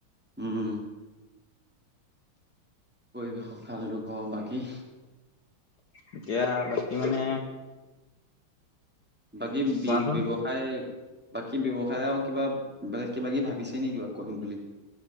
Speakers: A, in the centre; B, on the left.
A: উম পৰিৱেশক ভালটো পাওঁ বাকী
B: এতিয়া বাকী মানে
A: বাকী বি
B: কোৱাচোন
A: ব্যৱ- সায় বাকী ব্যৱসায় আৰু কিবা বেলেগ কিবা কি ভাবিছে নেকি বাৰু কৰিম বুলি